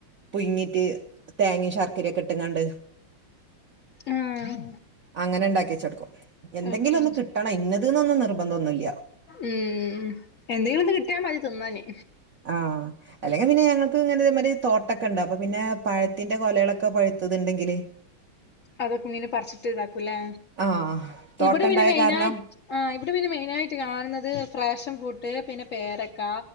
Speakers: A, on the right (about 55°); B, on the left (about 70°).
A: പുഴുങ്ങിട്ട് തേങ്ങയും ശർക്കരയൊക്കെ ഇട്ടുങ്ങാണ്ട്
B: ആഹ്
A: അങ്ങനെ ഉണ്ടാക്കി വച്ചെടുക്കും എന്തെങ്കിലും
B: ഓക്കെ
A: ഒന്ന് കിട്ടണം ഇന്നത് ന്നൊന്നും നിർബന്ധം ഒന്നും ഇല്ല
B: ഉം എന്തെങ്കിലും ഒന്ന് കിട്ടിയാ മതി തിന്നാന്
A: ആഹ് അല്ലെങ്കിൽ പിന്നെ ഞങ്ങൾക്ക് ഇങ്ങനെ മറ്റെ തോട്ടൊക്കെ ഉണ്ട് അപ്പൊ പിന്നെ പഴത്തിന്റെ കൊലകളൊക്കെ പഴുത്തത് ഉണ്ടെങ്കില്
B: അതൊക്കെ ഇങ്ങനെ പറിച്ചിട്ട് ഇതാക്കും അല്ലേ
A: ആഹ് തോട്ടണ്ടായ
B: ഇവിടെ പിന്നെ മെയിനായിട്ട്
A: കാരണം
B: ആഹ് ഇവിടെ പിന്നെ മെയിൻ ആയിട്ട് കാണുന്നത് ഫാഷൻ ഫ്രൂട്ട് പിന്നെ പേരക്ക